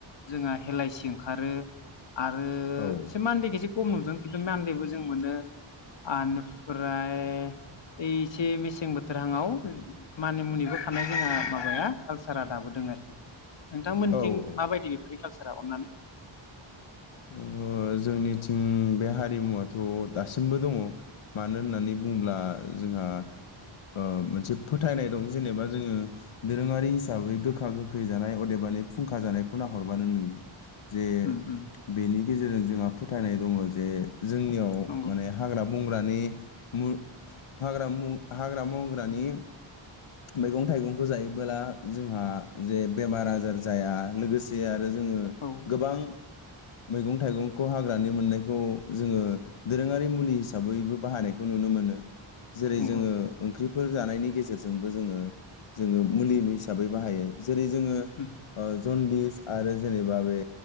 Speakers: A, on the left (about 60°); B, on the left (about 85°).
A: जोंहा हेलाइसि ओंखारो आरो
B: औ औ
A: से मानदेखेजे खम नुदों खिन्थु मान्देबो जों मोनो आनिफ्राय ओइ एसे मेसें बोथोरहां आव मानि मुनिबो खानाय जोंहा माबाया कालसारा दाबो दोङो आरोखि नोंथां थिं माबायदि बेफोरनि
B: ओ
A: बेफोरनि खालसा रा अनानै
B: ओ जोंनिथिं बे हारिमुवथ' दासिमबो दङ मानो होननानै बुंब्ला जोंहा ओ मोनसे फोथायनाय दं जेनेबा जोङो दोरोङारि हिसाबै गोखा गोखै जानाय अदेबानि फुंखा जानायखौ नाहरबानो नुयो जे
A: उम उम
B: नि गेजेरजों जोंहा फोथायनाय दङ जे जोंनियाव
A: नंगौ
B: माने हाग्रा बं ग्रा नि मु फाग्रा मु हाग्रा बंग्रानि मैगं थाइगंखौ जायोबोला जोंहा जे बेमार आजार जाया लोगोसे आरो जोङो
A: औ
B: गोबां मैगं थाइगंखौ हाग्रानि मोननायखौ जोङो दोरोङारि मुलि हिसाबैबो बाहायनायखौ नुनो मोनो जेरै
A: नंगौ
B: जोङो ओंख्रि फोर जानायनि गेजेर जोंबो जोङो जोङो मुलि हिसाहबैबो बाहायो जेरै जोङो
A: उम
B: ओ जनदिस आरो जेनेबा बे